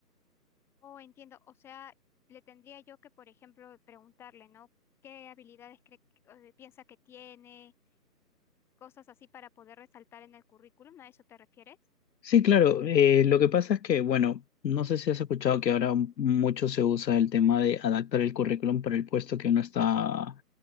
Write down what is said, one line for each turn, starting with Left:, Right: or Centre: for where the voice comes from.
Centre: Oh, entiendo. O sea, le tendría yo que, por ejemplo, preguntarle, ¿no? ¿Qué habilidades cree, que- eh, piensa que tiene? Cosas así para poder resaltar en el currículum. ¿A eso te refieres?
Left: Sí, claro. eh, lo que pasa es que, bueno, no sé si has escuchado que ahora m- mucho se usa el tema de adaptar el currículum para el puesto que uno está,